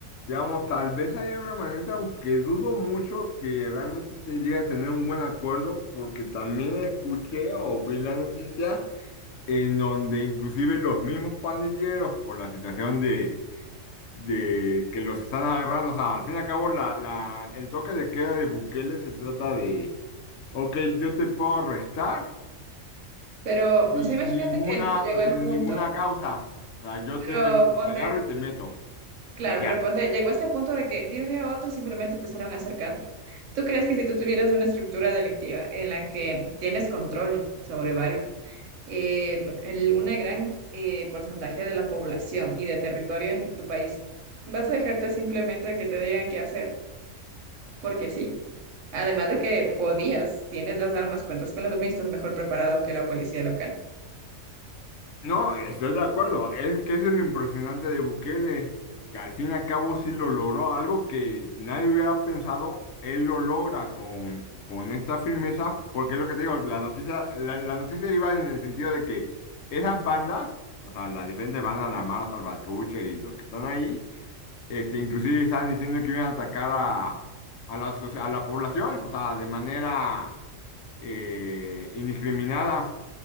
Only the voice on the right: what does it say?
Pero,
o sea, imagínate
que llegó al
punto,
pero
ponte,
Claro,
pero ponte, llegó a este punto de que de un día a otro simplemente empezaron a hacer caso. ¿Tú crees que si tú tuvieras una estructura delictiva en la que tienes control sobre varios, eh, el- una gran eh, porcentaje de la población y de territorio en tu país, vas a dejarte simplemente que te digan qué hacer? Porque sí. Además de que podías, tienes las armas, cuentas con las armas y estás mejor preparado que la policía local.